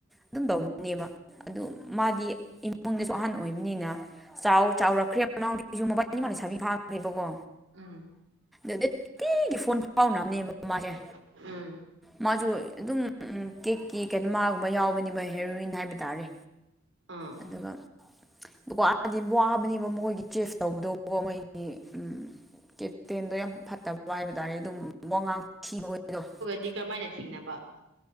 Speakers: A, in the centre; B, on the right (about 60°).
A: ꯑꯗꯨꯝ ꯇꯧꯕꯅꯦꯕ ꯑꯗꯨ ꯃꯥꯗꯤ ꯏꯃꯨꯡꯗꯁꯨ ꯑꯍꯟ ꯑꯣꯏꯕꯅꯤꯅ ꯆꯥꯎ ꯆꯥꯎꯔꯛꯈ꯭ꯔꯦ ꯃꯃꯥꯡꯁꯨ ꯃꯄꯜꯅꯤꯃꯅ ꯁꯥꯕꯤ ꯐꯥꯈ꯭ꯔꯦꯕꯀꯣ
B: ꯎꯝ
A: ꯑꯗꯨꯗꯤ ꯇꯤꯒꯤ ꯐꯣꯟ ꯐꯥꯎꯅꯕꯅꯦꯕ ꯃꯥꯁꯦ
B: ꯎꯝ
A: ꯃꯥꯁꯨ ꯑꯗꯨꯝ ꯀꯦꯛꯀꯤ ꯀꯩꯅꯣꯃꯒꯨꯝꯕ ꯌꯥꯎꯕꯅꯦꯕ ꯍꯦꯔꯣꯋꯤꯟ ꯍꯥꯏꯕ ꯇꯥꯔꯦ
B: ꯑꯥ
A: ꯑꯗꯨꯒ ꯋꯥꯗꯤ ꯋꯥꯕꯅꯦꯕ ꯃꯣꯏꯒꯤ ꯆꯦꯐ ꯇꯧꯕꯗꯣꯀꯣ ꯃꯣꯏ ꯒꯤ ꯎꯝ ꯀꯦꯞꯇꯦꯟꯗꯣ ꯌꯥꯝ ꯐꯠꯇꯕ ꯍꯥꯏꯕ ꯇꯥꯔꯦ ꯑꯗꯨꯝ ꯋꯥꯉꯥꯡ ꯊꯤꯕ <unintelligible>
B: ꯗꯤ ꯀꯔꯝꯃꯥꯏꯅ ꯊꯦꯡꯅꯕ